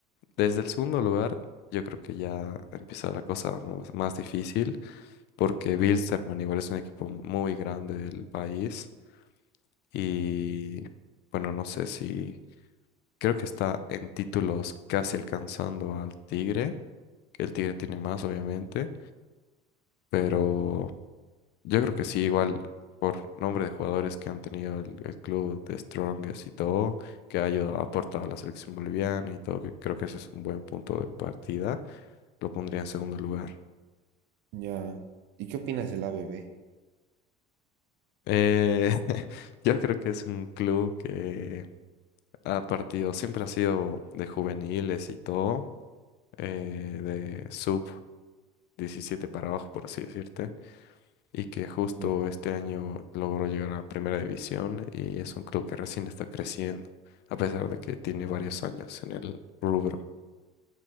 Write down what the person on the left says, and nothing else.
Desde el segundo lugar, yo creo que ya empieza la cosa más más difícil. porque Bilsterman igual es un equipo muy grande del país y bueno, no sé si creo que está en títulos casi alcanzando al Tigre, que el Tigre tiene más obviamente, pero yo creo que sí, igual por nombre de jugadores que han tenido el, el club de Strongest y todo, que ha ayudado, ha aportado a la selección boliviana y todo, que creo que ese es un buen punto de partida, lo pondría en segundo lugar.
Eh, <laughs> yo creo que es un club que a partidos, siempre ha sido de juveniles y todo, eh, de sub 17 para abajo, por así decirte, y que justo
este año logró llegar a primera división y es un club que recién está creciendo, a pesar de que tiene varios años en el rubro.